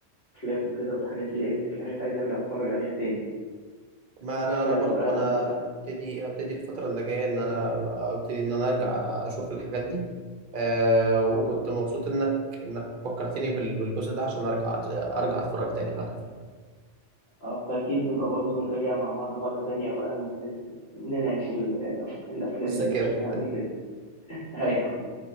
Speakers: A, on the left (about 55°); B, on the right (about 50°).
A: افلام وكده والحاجات دي لان في حاجات عايز ارجع اتفرج عليها تاني
B: ما انا
A: فنبقى
B: انا برضو انا
A: ن...
B: هبتدي هبتدي الفتره اللي جايه ان انا
A: مم.
B: ابتدي ان انا ارجع
A: مم.
B: اشوف الحاجات دي آه وكنت
A: مم.
B: مبسوط انك انك فكرتني بال- بالجزء ده عشان ارجع ارجع اتفرج تاني على الافلام
A: اه فأكيد نبقى برضه نراجع مع بعض مرة تانية بقى ن- نناقش ال- الأفلام
B: الذاكره
A: اللي شفناها قبل كده <laughs> أيوه